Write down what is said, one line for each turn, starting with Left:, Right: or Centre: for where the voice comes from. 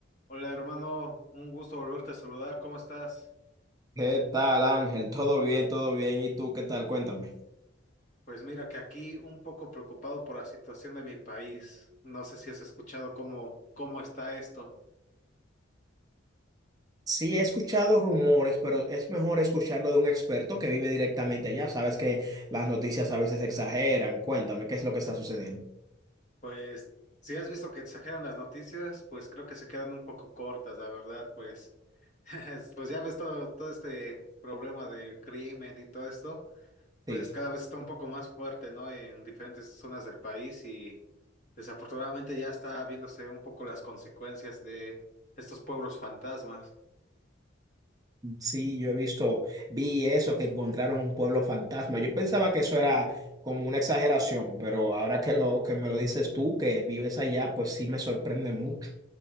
Left: Hola hermano, un gusto volverte a saludar, ¿cómo estás?
Right: ¿Qué tal, Ángel? ¿Todo bien? ¿Todo bien? ¿Y tú qué tal? Cuéntame.
Left: Pues mira que aquí un poco preocupado por la situación de mi país. No sé si has escuchado cómo, cómo está esto.
Right: Sí, he escuchado rumores, pero es mejor escucharlo de un experto que vive directamente allá. Sabes que las noticias a veces exageran. Cuéntame, ¿qué es lo que está sucediendo?
Left: Pues si has visto que exageran las noticias, pues creo que se quedan un poco cortas, la verdad, pues, <laughs> pues ya ves todo, todo este problema del crimen y todo esto. pues
Right: Sí,
Left: cada vez está un poco más fuerte, ¿no? En diferentes zonas del país y desafortunadamente ya está viéndose un poco las consecuencias de estos pueblos fantasmas.
Right: sí, yo he visto, vi eso, que encontraron un pueblo fantasma. Yo pensaba que eso era como una exageración, pero ahora que lo que me lo dices tú, que vives allá, pues sí me sorprende mucho.